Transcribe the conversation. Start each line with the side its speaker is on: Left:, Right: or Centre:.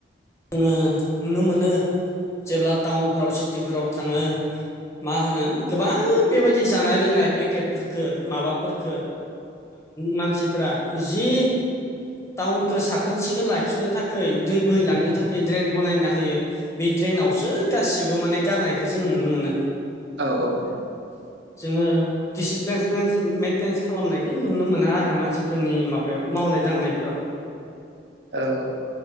Left: जोङो नुनो मोनो जेब्ला टाउनफ्राव सिटिफोराव थाङो मा होनो गोबां बेबायदि जानाय लोंनाय पेकेटफोरख माबाफोरफोरखौ मानसिफोरा जि टाउनखौ साखोन सिखोन लाखिनो थाख दै बोहैलांनो थाखाय ड्रेन बनायना होयो बे ड्रेनावसो गासिबो माने गारनायखौो जों नुनो मोनो
Right: औ औ
Left: जोङो दिडिसिप्लिनस मेेनटेेनस खालामनायखौ नुनो मोना आरो मानसिफोरनि माबायाव मावनाय दांनायफोराव <inaudible>
Right: औ